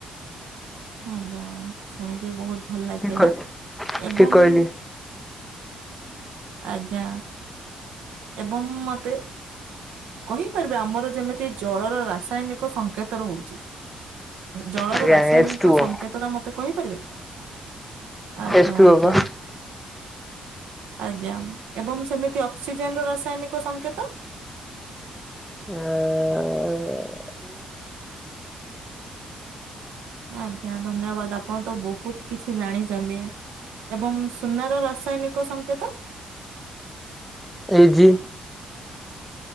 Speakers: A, on the right (about 85°); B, in the centre.
A: ଆଜ୍ଞା ଶୁଣିକି ବହୁତ ଭଲ ଲାଗିଲା,
B: ଠିକ
A: ଏବଂ
B: ଠିକ କହିଲି
A: ଆଜ୍ଞା, ଏବଂ ମତେ କହିପାରିଵେ? ଆମର ଯେମିତି ଜଳର ରାସାୟନିକ ସଂକେତ ରହୁଛି ଜଳର
B: ଆଜ୍ଞା
A: ରାସାୟନିକ
B: ଏଚ ଟୁ ଓ
A: ସଂଙ୍କେତଟା ମୋତେ କହିପାରିବେ? ଆଜ୍ଞା
B: ଏଚ ଟୁ
A: ଆଜ୍ଞା।
B: ଓ ପା।
A: ଆଜ୍ଞା ଏବଂ ସେମିତି ଅକ୍ସିଜେନ ର ରାସାୟନିକ ସଂକେତ?
B: ଆଁ
A: ଆଜ୍ଞା ଧନ୍ୟବାଦ ଆପଣ ତ ବହୁତୁ କିଛି ଜାଣିଛନ୍ତି। ଏବଂ ସୁନାର ରାସାୟନିକ ସଂଙ୍କେତ?
B: ଏଇ ଜି।